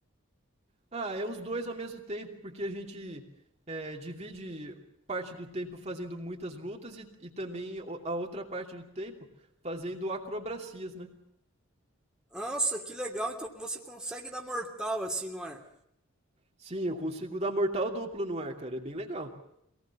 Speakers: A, on the right; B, in the centre.
A: Ah, é os dois ao mesmo tempo, porque a gente é, divide parte do tempo fazendo muitas lutas e, e também o- a outra parte do tempo fazendo acrobacias, né?
B: Nossa, que legal. Então você consegue dar mortal assim no ar.
A: Sim, eu consigo dar mortal duplo no ar, cara, é bem legal.